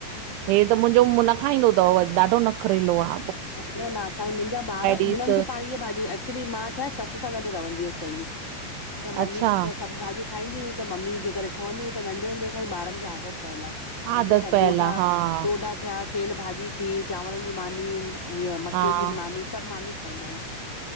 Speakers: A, on the right; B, on the left.
A: हे त मुंहिंजो उम्म न खाईंदो थव, ॾाढो नखरेलो आ।
B: अच्छा, न न असां मुंहिंजा ॿार
A: ॾिसु
B: उन्हनि खे पाण ईए भाॼियूं, एक्चयुली मां छा आहे ससु सां गॾु रहंदी हुअसि पंहिंजी। त मम्मी
A: अच्छा
B: त सभु भाॼियूं खाईंदी हुई त मम्मी जे करे ठहंदी हुयूं त नंढे हूंदे खां ई ॿारनि खे आदत पियल आ,
A: आदत
B: मम्मी जा
A: पयल
B: डोडा,
A: आहे हा
B: डोडा थ्या, सियल भाॼी थी, चांवर जी मानी, ईअ मक्के
A: हा
B: जी मानी, सब मानयूं खाईंदा आहिन।